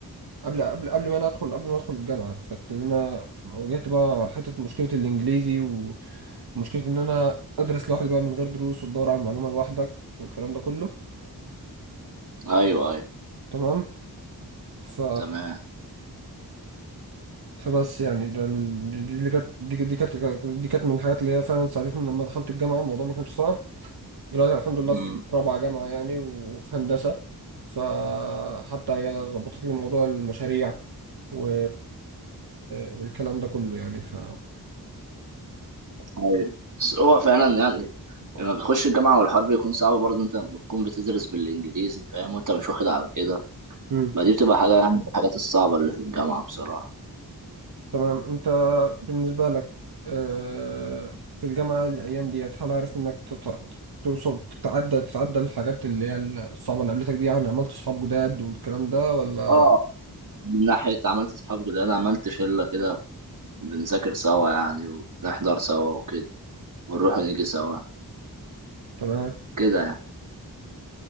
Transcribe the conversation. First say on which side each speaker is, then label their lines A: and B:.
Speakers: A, on the right; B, on the right.
A: قبل قبل قبل ما انا ادخل قبل ما ادخل الجامعه فكانت اللي انا واجهت بقى حته مشكله الانجليزي ومشكله ان انا ادرس لوحدي بقى من غير دروس وتدور على المعلومه لوحدك والكلام ده كله
B: ايوه ايوه
A: تمام ف
B: تمام
A: فبس يعني ده ال- دي دي- دي كانت دي دي كانت دي كانت من الحاجات اللي هي فعلا ساعدتني لما دخلت الجامعة الموضوع ما كانش صعب دلوقتي الحمد لله
B: امم
A: في رابعة جامعة يعني وفي هندسة فحتى هي ظبطت لي موضوع المشاريع و... والكلام ده كله يعني ف
B: ايوه بس هو فعلا يعني لما بتخش الجامعه والحرب بيكون صعب برضه انت بتكون بتدرس بالانجليزي فاهم وانت مش واخد على كده
A: مم.
B: فدي بتبقى حاجه يعني من الحاجات الصعبه اللي في الجامعه بصراحه
A: تمام انت بالنسبة لك آه، في الجامعة الأيام ديت هل عرفت انك تط... توصل تتعدى تتعدى الحاجات اللي هي الصعبة اللي قابلتك دي يعني عملت صحاب جداد والكلام ده ولا
B: اه من ناحيه عملت اصحاب جداد عملت شله كده بنذاكر سوا يعني ونحضر سوا وكده ونروح ونيجي سوا
A: تمام
B: كده يعني